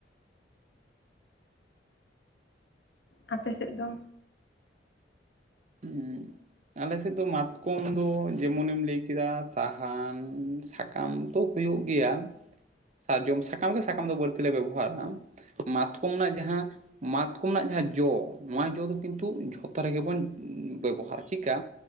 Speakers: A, on the left; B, on the right.
A: ᱟᱯᱮ ᱥᱮᱫ ᱫᱚ?
B: ᱦᱩᱸ᱾ ᱟᱞᱮ ᱥᱮᱫ ᱫᱚ ᱢᱟᱛᱠᱚᱢ ᱫᱚ ᱡᱮᱢᱚᱱ ᱮᱢ ᱞᱟᱹᱭ ᱠᱮᱫᱟ ᱥᱟᱦᱟᱱ ᱥᱟ ᱠᱟᱢ ᱛᱚ ᱦᱩᱭᱩᱜ ᱜᱮᱭᱟ, ᱥᱟᱨᱡᱚᱢ ᱥᱟᱠᱟᱢ ᱜᱮ ᱥᱟᱠᱟᱢ ᱫᱚ ᱵᱟᱹᱲᱛᱤ ᱞᱮ ᱵᱮᱵᱚᱦᱟᱨᱟ ᱾ ᱢᱟᱛᱠᱚᱢ ᱱᱟᱜ ᱡᱟᱦᱟᱸ ᱢᱟᱛᱠᱚᱢ ᱱᱟᱜ ᱡᱟᱦᱟᱸ ᱡᱚ, ᱱᱚᱶᱟ ᱡᱚ ᱫᱚ ᱠᱤᱱᱛᱩ ᱡᱷᱚᱛᱚ ᱨᱮᱜᱮ ᱵᱚᱱ ᱵᱮᱵᱚᱦᱟᱨᱟ᱾ ᱪᱮᱜ ᱠᱟ